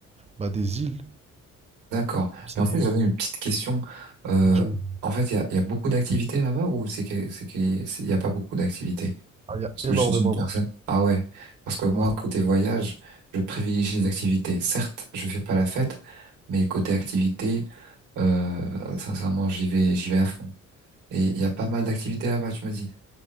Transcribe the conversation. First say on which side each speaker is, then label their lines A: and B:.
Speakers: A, on the right; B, on the right.
A: bah, des îles.
B: D'accord.
A: C'est-
B: Mais en fait, j'avais une petite question. Euh,
A: j'aime-
B: en fait, il y a, il y a beaucoup d'activités là-bas ou c'est que, c'est que, c'est- il n'y a pas beaucoup d'activités?
A: Ah, il y a
B: Parce
A: énormément
B: que je suis une personne.
A: de...
B: Ah ouais. Parce que moi,
A: Ouais,
B: côté voyage, je privilégie les activités. Certes, je fais pas la fête, mais côté activité, euh, sincèrement, j'y vais, j'y vais à fond. Et il y a pas mal d'activités là-bas, tu m'as dit.